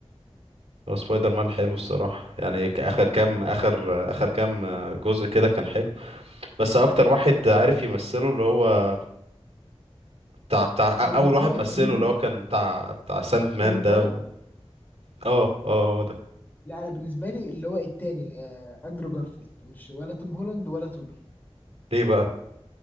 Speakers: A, on the right; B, on the left.
A: هو سبايدر مان حلو الصراحه يعني ك- اخر كام اخر اخر كام آه، جزء كده كان حلو بس اكتر واحد عارف يمثله اللي هو بتاع بتاع
B: انا بالنسبه
A: اول واحد
B: لي
A: مثله
B: اميزنج
A: اللي هو كان بتاع بتاع ساند مان
B: توبي ماجواير
A: ده و... اه اه هو ده
B: لا انا بالنسبه لي اللي هو التاني آه اندرو جارفيلد مش ولا توم هولاند ولا توبي
A: ليه بقى